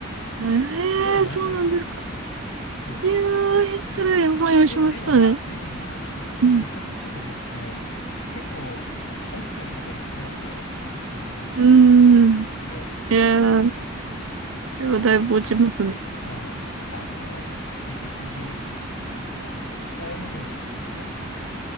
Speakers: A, on the right (about 80°); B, on the left (about 75°).
A: ええーそうなんですか。
B: ひどい話だよね。うん。そ
A: いやー、
B: う。
A: つらい思いをしましたね。
B: うん。で、でもまあ、でもまあ、でも、で、
A: うん。
B: ちょっと、ちょっとめん、あの、結構、落ちてるところにそれなので、いやー、
A: うーん。
B: つって、それで、そうそうそう、
A: いやー、こ
B: うん、
A: れはだいぶ落ちますね。
B: 大変。うん。あの、で、結局、なんか、法務部の友達に、